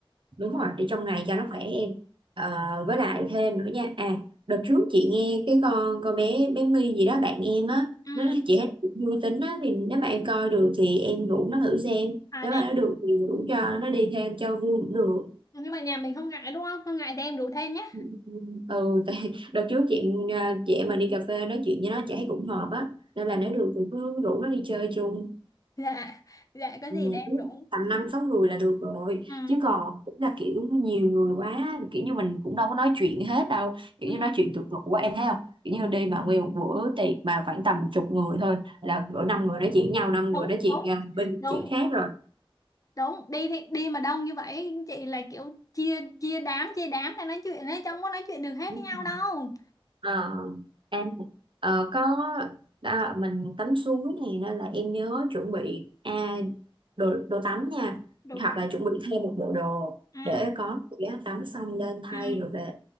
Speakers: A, on the right; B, on the left.
A: đúng rồi để trong ngày cho nó khỏe em Ờ, với lại thêm nữa nha à đợt trước chị nghe cái con con bé bé My gì đó bạn em á
B: Ừ.
A: nó nói chị hết vui tính á thì nếu mà em coi được thì em rủ nó thử xem
B: À
A: nếu
B: để
A: mà nó được thì rủ cho nó đi thêm cho vui cũng được
B: nhưng mà nhà mình không ngại đúng không? Không ngại thì em rủ thêm nhé.
A: ừ ừ, tại <laughs> đợt trước chị ờ, chị em mà đi cà phê nói chuyện với nó chị thấy cũng hợp á nên là nếu được thì cứ rủ nó đi chơi chung
B: Dạ. Dạ có
A: Ừ,
B: gì để em
A: đúng.
B: rủ.
A: tầm năm sáu người là được rồi
B: ừ,
A: chứ còn cũng là kiểu nhiều người quá kiểu như mình cũng đâu có nói chuyện hết đâu kiểu
B: ừ,
A: như nói chuyện tụt tụt quá em thấy không kiểu như đi mà nguyên một bữa tiệc mà khoảng tầm chục người thôi là cỡ năm người nói chuyện nhau năm
B: đúng
A: người nói chuyện
B: đúng
A: ờ, bên
B: đúng
A: chuyện khác rồi
B: đúng đi thì đi mà đông như vậy chị là kiểu chia chia đám chia đám ra nói chuyện ấy chẳng có nói chuyện được hết
A: Đúng
B: với nhau
A: rồi.
B: đâu
A: Ờ, à, ờ, có à, mình tắm suối này nên là em nhớ chuẩn bị à, đồ đồ tắm nha
B: được
A: hoặc
B: lắm
A: là chuẩn bị thêm một bộ đồ
B: ừ
A: để có để tắm xong lên thay
B: ừ
A: rồi về